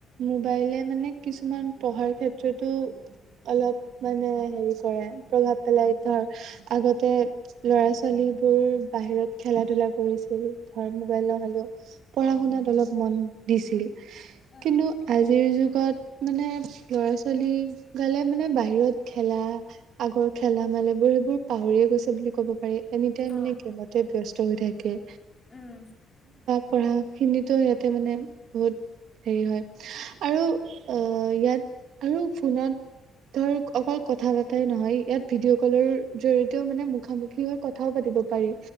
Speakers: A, on the right; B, on the left.
A: মোবাইলে মানে কিছুমান পঢ়াৰ ক্ষেত্ৰতো অলপ মানে হেৰি কৰে প্ৰভাৱ পেলায়, ধৰ আগতে ল'ৰা ছোৱালীবোৰ বাহিৰত খেল- ধূলা কৰিছিল ধৰ মোবাইল নহলেও পঢ়া শুনাত অলপ মন দিছিল
B: অ
A: কিন্তু আজিৰ যোগ ত মানে ল'ৰা -ছোৱালী গালে মানে বাহিৰত খেলা আগৰ খেলা মানে বোৰ সেইবোৰ পাহৰিয়ে গৈছে বুলি ক'ব পাৰি এনি টাইম
B: অ
A: মানে গেমতে ব্যস্ত হৈ থাকে।
B: উম
A: পঢ়াখিনিতো সিয়তে মানে বহুত হেৰি হয় আৰু অহ ইয়াত আৰু ফোনত ধৰ অকল কথা পতাই নহয় ইয়াত ভিডিঅ' কলৰ জৰিয়তেও মানে মুখামুখি কি হয় কথাও পাতিব পাৰি